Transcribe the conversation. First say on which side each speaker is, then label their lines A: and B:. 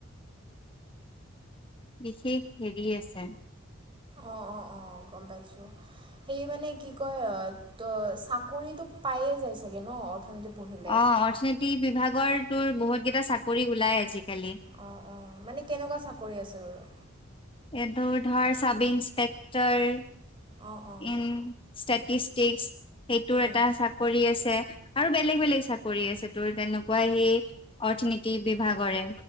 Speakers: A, on the left; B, on the right.
A: বিশেষ হেৰি আছে।
B: অঁ অ অ গম পাইছোঁ। সেই মানে কি কয় ত চাকৰিটো পায়ে যায় চাগে ন? অৰ্থনীতি পঢ়িল
A: অঁ অৰ্থনীতি বিভাগৰ তোৰ বহুতকেইটা চাকৰি ওলায় আজিকালি।
B: অঁ অঁ মানে কেনেকুৱা চাকৰি আছে বাৰু?
A: এইটো ধৰ চাব ইস্পেক্টৰ
B: অঁ অঁ
A: ইন ষ্টেটিষ্টিক্স সেইটোৰ
B: উম
A: এটা চাকৰি আছে। আৰু বেলেগ বেলেগ চাকৰি আছে তোৰ তেনেকুৱা সেই অৰ্থনীতি বিভাগৰে।